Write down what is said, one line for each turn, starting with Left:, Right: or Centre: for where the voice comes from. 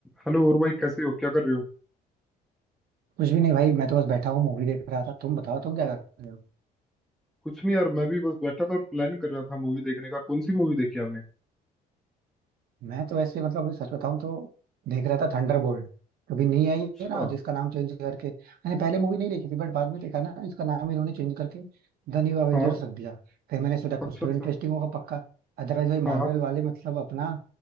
Centre: Hello और भाई कैसे हो क्या कर रहे हो
Right: कुछ भी नहीं भाई मैं तो बस बैठा हूँ मूवी देख रहा था तुम बताओ तुम क्या कर रहे हो
Centre: कुछ नहीं यार मैं भी बस बैठा था और प्लान कर रहा था मूवी देखने का कौन सी मूवी देखी आपने
Right: मैं तो वैसे मतलब अभी सच बताऊं तो देख रहा था थंडरबोल्ट कभी नहीं आई
Centre: अच्छा
Right: है ना जिसका नाम चेंज करके मैंने पहले मूवी नहीं देखी थी बट बाद में देखा ना इसका नाम इन्होंने चेंज करके द न्यू एवेंजर्स
Centre: हाँ
Right: रख दिया फिर मैंने सोचा
Centre: अच्छा
Right: कुछ तो
Centre: अच्छा
Right: इंटरेस्टिंग होगा पक्का अदरवाइज भाई
Centre: हाँ
Right: मार्वल वाले मतलब अपना